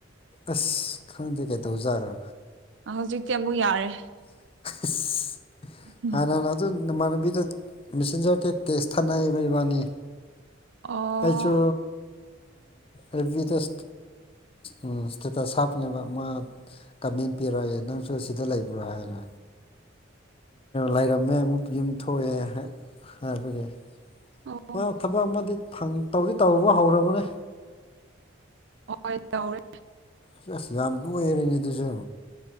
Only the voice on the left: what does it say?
ꯑꯁ ꯈꯪꯗꯦꯒꯩꯗꯧꯖꯥꯔꯣ
<unintelligible>
ꯍꯥꯟꯅꯥꯟꯅ ꯑꯗꯨ ꯅꯣꯡꯃꯥꯟꯕꯤꯗ ꯃꯦꯁꯦꯟꯖꯔ ꯀ ꯇꯦꯁ ꯊꯥꯅꯔꯤꯕ ꯏꯕꯥꯅꯤ
ꯑꯩꯁꯨ ꯑꯦꯚꯔꯤ ꯗꯁ ꯎꯝ ꯇꯇ ꯁꯥꯐꯅꯦꯕ ꯃꯥ ꯀꯃꯦꯟ ꯄꯤꯔꯛꯑꯒꯦ ꯅꯪꯁꯨ ꯁꯤꯗ ꯂꯩꯕ꯭ꯔꯣ ꯍꯥꯏꯔꯦ ꯂꯩꯔꯝꯃꯦ ꯑꯃꯨꯛ ꯌꯨꯝ ꯊꯣꯛꯑꯦ ꯍꯥꯏꯕꯒꯤ
ꯃꯥ ꯊꯕꯛ ꯑꯃꯗꯤ ꯇꯧꯗꯤ ꯇꯧꯔꯨꯕ ꯍꯧꯔꯕꯅꯦ
ꯑꯁ ꯑꯁ ꯌꯥꯝ ꯂꯣꯏꯔꯦꯅꯦ ꯑꯗꯨꯁꯨ